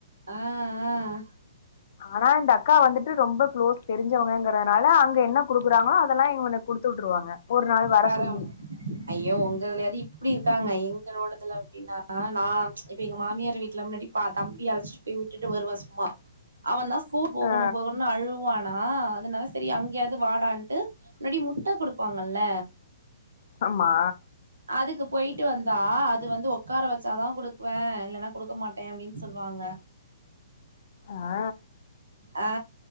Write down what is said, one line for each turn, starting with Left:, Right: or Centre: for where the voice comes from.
Right: ஆ ஆ
Left: ஆனா இந்த அக்கா வந்துட்டு ரொம்ப க்ளோஸ் தெரிஞ்சவங்கங்றனால அங்க என்ன குடுக்குறாங்களோ அதெலா இவனுக் குடுத்துவுட்ருவாங்க ஒரு நாள் வர
Right: பரவ
Left: சொல்லி
Right: ஐயோ உங்க இதுலியாது இப்டி இருக்காங்க எங்களோடதுல எப்டினா நா இப்ப எங்க மாமியார் வீட் <unintelligible> முன்னாடி பா தம்பி அழைச்சிட்டு போய் வுட்டுட்டு வருவே சும்மா அவந்தா ஸ்கூல் போகணு
Left: ஆ
Right: போகணுன் அழுவா நா அதனால செரி அங்கியாது வாடான்ட்டு முன்னாடி முட்ட குடுப்பாங்கல்ல
Left: ஆமா
Right: அதுக்கு போயிட்டு வந்தா அது வந்து உக்கார வச்சாதா குடுப் பே இல்லனா குடுக்க மாட்டே அப்டின்னு சொல்வாங்க
Left: ஆ
Right: அ